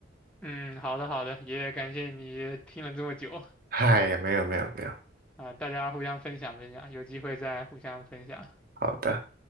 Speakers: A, in the centre; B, on the right.
A: 嗯，好的好的，也感谢你听了这么久
B: 哎呀，没有没有没有，
A: 啊，大家互相分享分享，有机会再互相分享。
B: 好的。